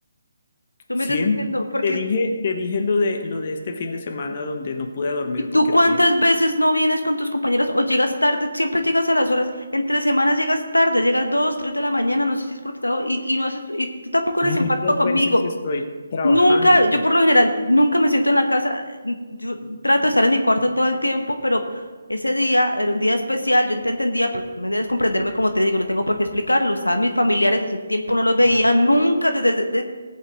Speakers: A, on the left (about 80°); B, on the left (about 45°).
A: tú
B: Siempre
A: me estás diciendo, porque,
B: te dije, te dije lo de, lo de este fin de semana donde no pude dormir
A: ¿y tú
B: porque
A: cuántas
B: tenía
A: veces no vienes con tus compañeros o llegas tarde? Siempre llegas a las horas, entre semanas llegas tarde, llegas dos, tres de la mañana, no sé si es por trabajo, y, y no haces, y tú tampoco eres
B: Muchas
A: empático conmigo.
B: veces estoy trabajando,
A: Nunca, yo por lo general, nunca me siento en la casa. n- Yo trato de estar en mi cuarto todo el tiempo, pero ese día era un día especial. Yo te entendía, pero tú me debes comprenderme, como te digo, no tengo por qué explicarlo. Estaban mis familiares, ese tiempo no los veía,
B: ¿no?
A: nunca, desde, desde, desde-